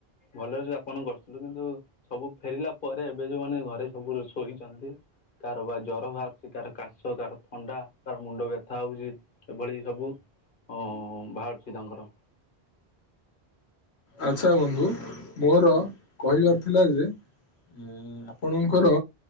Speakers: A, on the left; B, on the left.
A: ଭଲରେ ଯାପନ କରିଥିଲୁ କିନ୍ତୁ ସବୁ ଫେରିଲା ପରେ ଏବେ ଯୋଉମାନେ ଘରେ ସବୁ ଶୋଇଛନ୍ତି କାହାର ବା ଜର ବାହାରୁଛି, କାହାର କାଶ, କାହାର ଥଣ୍ଡା, କାହାର ମୁଣ୍ଡ ବ୍ୟଥା ହଉଛି ଏଭଳି ସବୁ ଅ ବାହାରୁଛି ତାଙ୍କର।
B: ଆଚ୍ଛା ବନ୍ଧୁ, ମୋର କହିବାର ଥିଲା ଯେ ଉମ୍ ଆପଣଙ୍କର